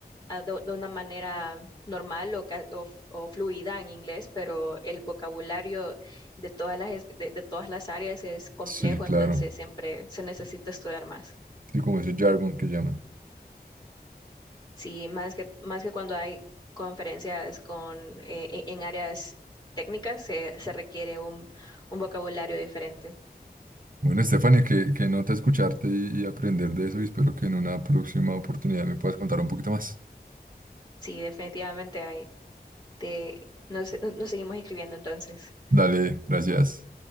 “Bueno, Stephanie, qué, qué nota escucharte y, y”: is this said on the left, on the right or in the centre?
Right